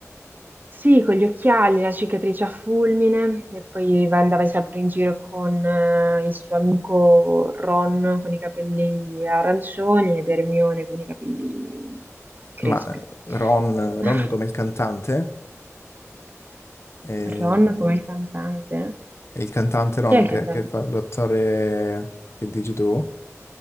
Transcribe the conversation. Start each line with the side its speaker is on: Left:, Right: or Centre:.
Right: Sì, con gli occhiali, la cicatrice a fulmine, e poi andava sempre in giro con eh, il suo amico Ron con i capelli arancioni ed Hermione con i capelli crespi.
Left: Ma eh, Ron,
Right: <laughs>
Left: Ron come il cantante, eh,
Right: Ron come il cantante?
Left: è il cantante Ron
Right: Chi è il
Left: che,
Right: cantante?
Left: che fa l'attore che dici tu.